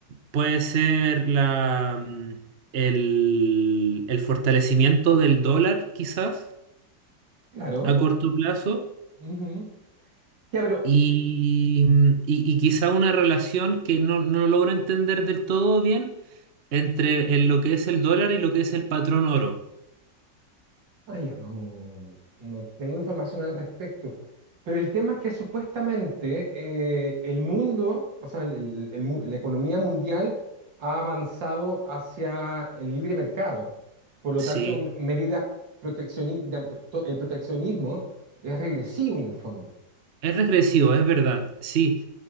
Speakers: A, on the right (about 40°); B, on the right (about 80°).
A: puede ser la, mm, el, el fortalecimiento del dólar, quizás,
B: Claro.
A: a corto plazo,
B: Ujú. Ya, pero
A: y, mm, y, y quizá una relación que no, no logro entender del todo bien Entre en lo que es el dólar y lo que es el patrón oro.
B: Ay, yo no, no tengo información al respecto. Pero el tema es que supuestamente eh, el mundo, o sea, el- el mu- la economía mundial ha avanzado hacia el libre mercado. Por lo
A: Sí,
B: tanto, me- medidas proteccionistas, el proteccionismo es regresivo en el fondo,
A: es regresivo, es verdad. Sí,